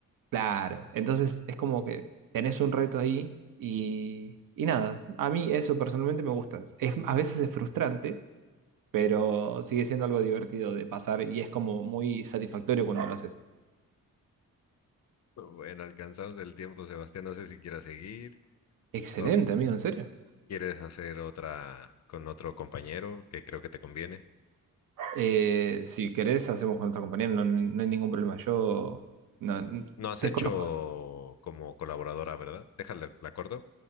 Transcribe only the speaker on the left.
Bueno, alcanzados del tiempo, Sebastián, no sé si quieras seguir
o
quieres hacer otra con otro compañero que creo que te conviene.
No has
hecho como colaboradora, ¿verdad? Déjala, la corto.